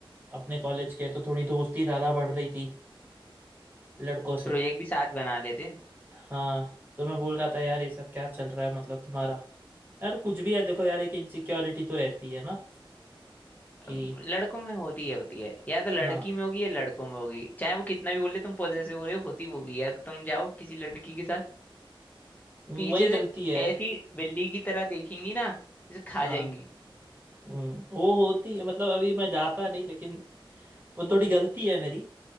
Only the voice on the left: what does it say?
प्रोजेक्ट भी साथ बना लेते
अब लड़कों में होती है होती है या तो लड़की
में होगी या लड़कों में होगी चाहे वो कितना भी बोले तुम पॉजेसिव हो रहे हो, होती वो भी है अगर तुम जाओ किसी लड़की के साथ
पीछे से
ऐसी बिल्ली की तरह देखेंगी ना जैसे खा
जाएंगी